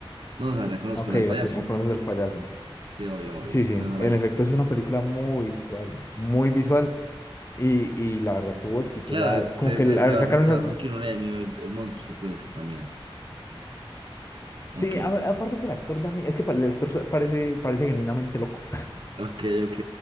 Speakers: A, on the right; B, on the left.
A: No, o sea, la conozco,
B: Ah, Ok,
A: la del payaso.
B: o te reconoces al payaso.
A: Sí, obvio, obvio,
B: Sí, sí,
A: pero no la
B: en
A: he visto.
B: efecto es una película muy visual, muy visual y, y la verdad tuvo éxito.
A: Claro,
B: Ya
A: es-
B: como
A: se,
B: que
A: se,
B: la-
A: se basa,
B: sacaron
A: se
B: esas...
A: basa en que uno le dé miedo el, el monstruo, pues, también.
B: Sí,
A: Ok,
B: a- aparte que el actor también, es que pa- el actor parece, parece genuinamente loco.
A: ok, ok,